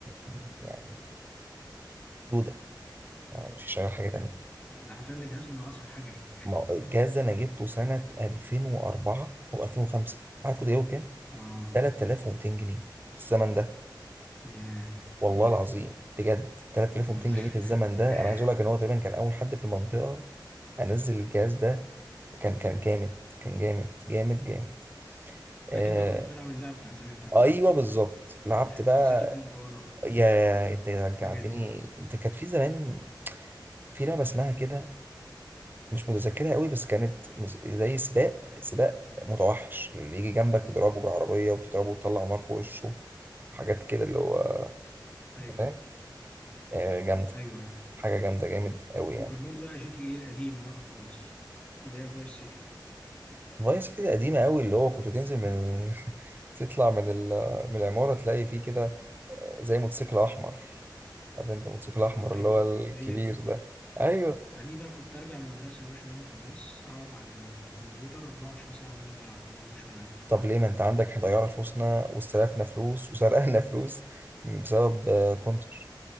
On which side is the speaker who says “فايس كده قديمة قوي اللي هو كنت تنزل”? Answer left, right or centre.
Right